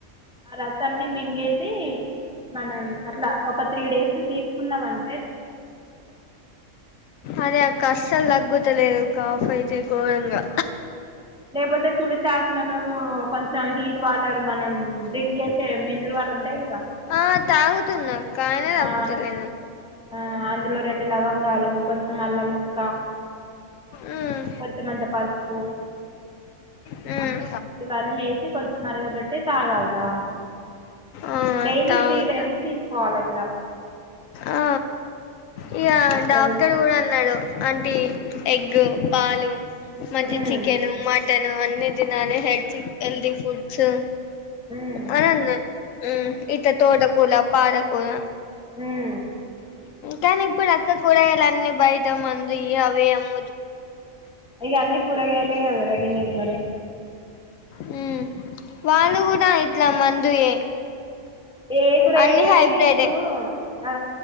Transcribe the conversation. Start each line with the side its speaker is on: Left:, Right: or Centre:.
Centre: ఆ రసాన్ని మింగేసీ మనం అట్లా. త్రీ డేసు తీసుకున్నాం అన్
Left: అదే అక్కా అస్సల్ తగ్గు తలేదు కాఫ్ అయితే ఘోరంగా.
Centre: లేకపోతే తులసాకులను కొంచెం హీట్ వాటర్ మనం డ్రింక్ చేసే మినరల్ వాటర్ ఉంటాయి కదా
Left: ఆ తాగుతున్నా కాయనే తగ్గుతులేనే
Centre: ఆ, ఆ, అందులో రెండు లవంగాలు కొంచెం అల్లం ముక్కా
Left: మ్
Centre: కొంచమంత పసుపు.
Left: మ్
Centre: ఇవన్నీ ఏసీ కొంచెం మరగబెట్టి తాగాలరా
Left: ఆ
Centre: డైలీ
Left: తాగుతా
Centre: త్రీ టైమ్స్ తీసుకోవాల ల
Left: ఆ ఇగ
Centre: ఉమ్, అట్లా
Left: డాక్టర్
Centre: తీస్-
Left: కూడా అన్నాడు. అంటి ఎగ్ పాలు మంచి
Centre: ఉమ్,
Left: చికెను మటను అ న్ని దినాలె హెడ్చి హెల్ది ఫుడ్స్.
Centre: ఉమ్,
Left: అని అన్న ఇట్ల తోట కూల పాలకూర.
Centre: ఉమ్.
Left: కానీ ఇప్పుడు అక్క కూరగాయలు అన్నీ బయట మందు ఏ అవే అమ్
Centre: ఇగా అన్ని కూరగాయలే కదరా తినేది మరి
Left: హ్మ్ వాళ్ళు గూడా ఇట్లా మందుయే
Centre: ఏ కూరగాయలు
Left: అన్ని
Centre: అయినా
Left: హైబ్రిడే
Centre: ఇప్పుడు ఆ